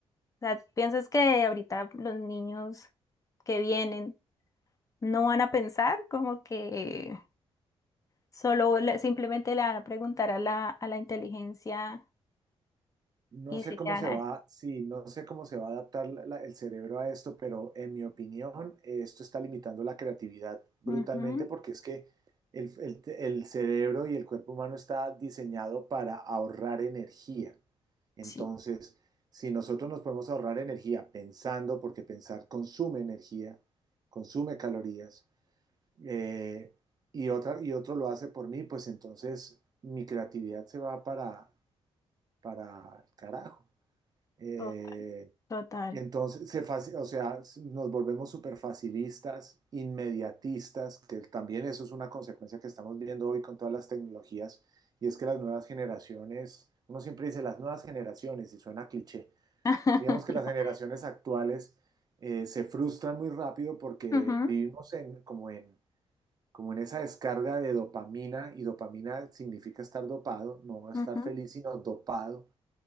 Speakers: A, on the left (about 30°); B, on the right (about 35°).
A: O sea, ¿piensas que ahorita los niños que vienen no van a pensar como que solo le- simplemente le van a preguntar a la, a la inteligencia
B: No
A: y
B: sé
A: se
B: cómo
A: quedan
B: se
A: ahí?
B: va, sí, no sé cómo se va a adaptar la- la- el cerebro a esto, pero en mi opinión, eh, esto está limitando la creatividad brutalmente
A: Ujú,
B: porque es que el, el- el cerebro y el cuerpo humano está diseñado para ahorrar energía. Entonces,
A: Sí,
B: si nosotros nos podemos ahorrar energía pensando, porque pensar consume energía, consume calorías, eh, y otra, y otro lo hace por mí, pues entonces mi creatividad se va para, para el carajo. Eh,
A: to- total.
B: entonces, se faci- o sea, s- nos volvemos súper facilistas, inmediatistas, que también eso es una consecuencia que estamos viendo hoy con todas las tecnologías, y es que las nuevas generaciones, uno siempre dice las nuevas generaciones, y suena cliché,
A: <laughs>
B: digamos que las generaciones actuales eh, se frustran muy rápido porque
A: Ujú,
B: vivimos en, como en, como en esa descarga de dopamina, y dopamina significa estar dopado, no estar
A: ujú,
B: feliz, sino dopado